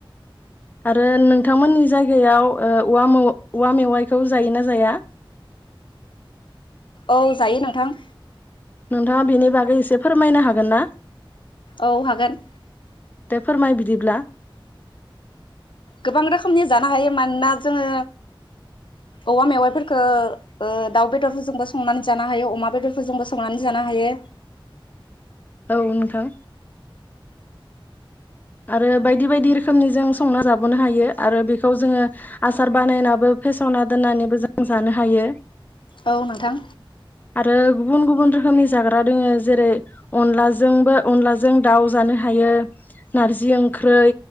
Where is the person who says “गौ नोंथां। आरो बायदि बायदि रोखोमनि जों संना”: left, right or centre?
Left